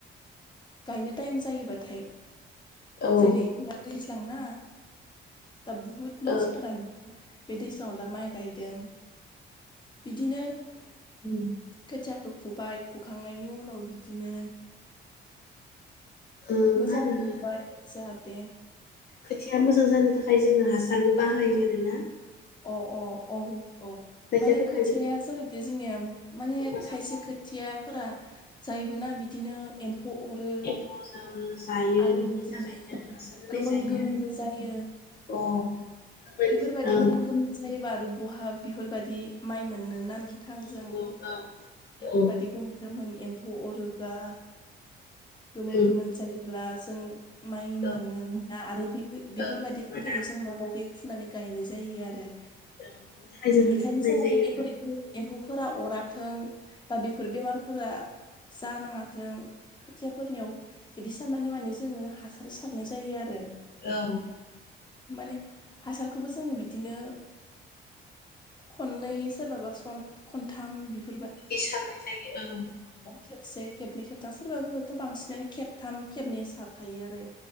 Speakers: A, on the left (about 20°); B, on the left (about 50°).
A: गायनो टायेम जायोबाथाय
B: औ ओं
A: जेरै दा दैज्लांना दा बुहुथ मानसिफोरानो
B: ओं
A: बे दैज्लाङाव दा माइ गायदों बिदिनो उम खोथियाखौ खुबाय खुखांनायनि उनाव बिदिनो
B: ओ
A: मोजाङै
B: मा होनो
A: मोनबाय जाहा दे
B: खोथिया मोजां जानो थाखाय जोङो हासारबो बाहायो आरो ना
A: अ अ औ औ
B: खोथियाफोरनि
A: माने खोथियाया
B: थाखाय जों
A: जाहाथे जोंनिया उम माने
B: मोजां
A: खायसे
B: जाथों
A: खोथियाफोरा जायोबो ना बिदिनो फ अरो
B: एम्फौ जों जायो
A: आरो
B: बिनि
A: बिदिनो
B: थाखायनो हासार होनाय
A: गोमोन
B: जायो
A: गोमोनबो
B: आरोना
A: जायो
B: अ गोमोन
A: बेफोरबायदि
B: ओं
A: गोमोन गोमोन जायोबा आरो बहा बिफोरबादि माइ मोननो ना नों थांजों
B: औ औ
A: बेफोरबायदि
B: औ
A: गोमोन गोमोन एम्फौ अरोबा गोमोन
B: ओं
A: गोमोन जायो। अब्ला जों माइ
B: औ
A: मोन मोना आरो बे बेफोर-बेफोरबायदि
B: औ मोना
A: खोथियाखौ जों माबादि फुनानै गायनो जायो आरो।
B: औ बिनि थाखाय जों
A: बिनिखायनो
B: हासार होनाय
A: जाहाते
B: जायो
A: बेफोर
B: आरोना
A: एम्फौ फोरा अराथों बा बेफोर बेमारफोरा जानाङाथों खोथियाफोरनियाव बिदि साननानै माने जोङो हासार सारनाय जायो आरो।
B: औ।
A: माने हासारखौबो जोङो बिदिनो खननै सोरबाबा सन खनथाम बिफो
B: इदि सारनाय जायो औ।
A: खेबसे खेबनै खेबथाम सोरबाफोरबोथ‌ बांसिनानो खेब। थाम खेबनैया सारखायो आरो।